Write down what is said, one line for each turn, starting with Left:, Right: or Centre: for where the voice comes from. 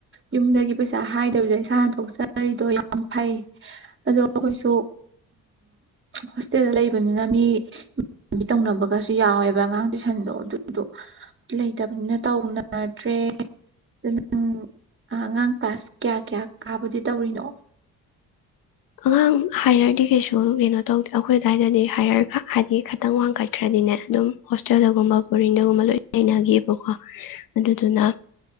Right: ꯌꯨꯝꯗꯒꯤ ꯄꯩꯁꯥ ꯍꯥꯏꯗꯕꯤꯗ ꯏꯁꯥꯅ ꯊꯣꯛꯆꯔꯤꯗꯣ ꯌꯥꯝ ꯐꯩ ꯑꯗꯣ ꯑꯩꯈꯣꯏꯁꯨ ꯍꯣꯁꯇꯦꯜꯗ ꯂꯩꯕꯅꯤꯅ ꯃꯤ ꯏꯃꯕꯤ ꯇꯧꯅꯕꯒꯁꯨ ꯌꯥꯎꯋꯦꯕ ꯑꯉꯥꯡ ꯇꯨꯏꯁꯟꯗꯣ ꯑꯗꯨꯗꯣ ꯂꯩꯇꯕꯅꯤꯅ ꯇꯧ ꯗ꯭ꯔꯦ ꯅꯪ ꯑꯉꯥꯡ ꯀ꯭ꯂꯥꯁ ꯀꯌꯥ ꯀꯌꯥ ꯀꯥꯕꯗꯤ ꯇꯧꯔꯤꯅꯣ
Left: ꯑꯉꯥꯡ ꯍꯥꯏꯌꯔꯗꯤ ꯀꯩꯁꯨ ꯀꯩꯅꯣ ꯇꯧꯗꯦ ꯑꯩꯈꯣꯏ ꯑꯗꯨꯋꯥꯏꯗꯗꯤ ꯍꯥꯏꯌꯔ ꯍꯥꯏꯗꯤ ꯈꯤꯇꯪ ꯋꯥꯡꯈꯠꯈ꯭ꯔꯗꯤꯅꯦ ꯑꯗꯨꯝ ꯍꯣꯁꯇꯦꯜꯗꯒꯨꯝꯕ ꯕꯣꯔꯤꯡꯗꯒꯨꯝꯕ ꯂꯣꯏ ꯂꯩꯅꯈꯤꯑꯕꯀꯣ ꯑꯗꯨꯗꯨꯅ